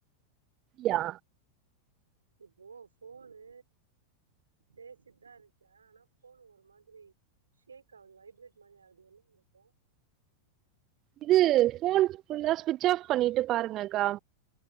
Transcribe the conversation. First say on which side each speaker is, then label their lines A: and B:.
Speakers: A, on the right; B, on the right.
A: யா
B: இப்போ ஃபோன்னு பேசிட்டுதான் இருக்கேன் ஆனா ஃபோன் ஒரு மாதிரி ஷேக் ஆகுது வைப்ரேட் மாரி யாவுது என்னவா இருக்கும்
A: இது ஃபோன் ஃபுல்லா ஸ்விட்ச ஆப் பண்ணிட்டு பாருங்கக்கா